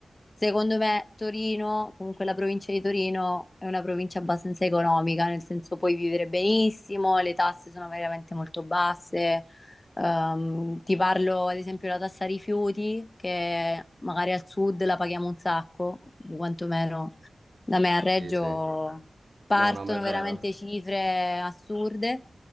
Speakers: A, on the left (about 35°); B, on the right (about 55°).
A: secondo me Torino, comunque la provincia di Torino, è una provincia abbastanza economica, nel senso puoi vivere benissimo, le tasse sono veramente molto basse, Ehm, ti parlo ad esempio della tassa rifiuti, che magari al sud la paghiamo un sacco, quantomeno da me a Reggio
B: Sì, sì.
A: partono
B: No, no, ma è vero.
A: veramente cifre assurde,